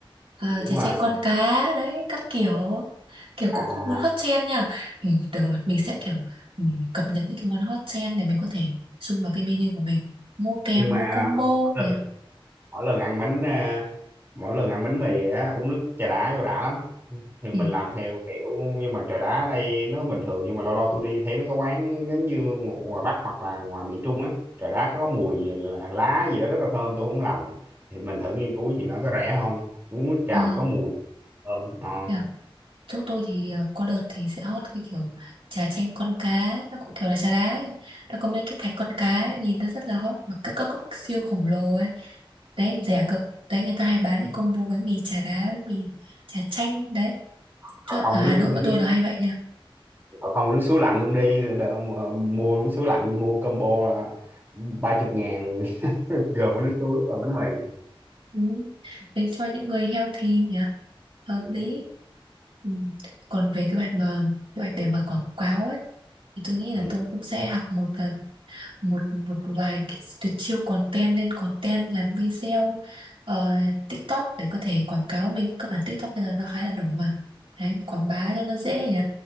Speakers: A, on the right; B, on the right.
A: à,
B: đúng
A: trà
B: rồi
A: chanh con cá, đấy, các kiểu, kiểu
B: à,
A: cũng có muốn hot trend nha. Ừ, được rồi, mình sẽ kiểu ừ, cập nhật những cái món hot trend để mình có thể xung vào cái menu của mình. Mua kèm,
B: nhưng mà
A: mua combo
B: <laughs> mỗi
A: nhỉ.
B: lần mỗi lần ăn bánh à, mỗi lần ăn bánh mì á uống nước trà đá vô đã lắm thì
A: Ừ,
B: mình làm theo kiểu nhưng mà trà đá ở đây nó bình thường nhưng mà lâu lâu tôi đi thấy mấy cái quán giống như ngo- ngoài Bắc hoặc là ngoài miền Trung á trà đá có mùi gì là lá gì đó rất là thơm tôi không lành thì mình thử nghiên cứu chuyện đó có rẻ không uống nước trà
A: ờ,
B: mà có mùi thơm ngon
A: thế à, chỗ tôi thì ờ, có đợt thì sẽ hot cái kiểu trà chanh con cá, nó cũng kiểu là trà đá ấy. Nó có mấy cái thạch con cá ấy, nhìn nó rất là hot, mà các các cốc siêu khổng lồ ấy. đấy rẻ cực đấy người ta hay bán cái combo bánh mì chả đá bánh mì chả chanh đấy
B: còn
A: cho ở
B: không
A: Hà
B: nước,
A: Nội
B: nước
A: bọn tôi là hay vậy nha
B: Ờ, không nước suối lạnh luôn đi Đ- mua nước suối lạnh mua combo là ba chục ngàn <laughs> gồm có nước suối và bánh mì
A: ừ. đấy cho những người healthy nhỉ hợp
B: ừ.
A: lý ừ. còn về kế hoạch mà kế hoạch để mà quảng cáo ấy thì tôi nghĩ là
B: Ừ.
A: tôi cũng sẽ học một là một một vài cái tuyệt chiêu content lên content làm video ờ, TikTok để có thể quảng cáo mình các bạn TikTok bây giờ nó khá là nổi mà đấy quảng bá cho nó dễ nhỉ